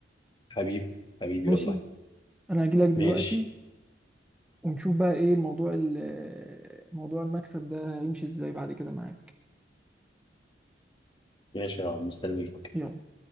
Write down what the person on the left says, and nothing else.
حبيبي حبيبي
والله
ماشي
ماشي يا عم مستنيك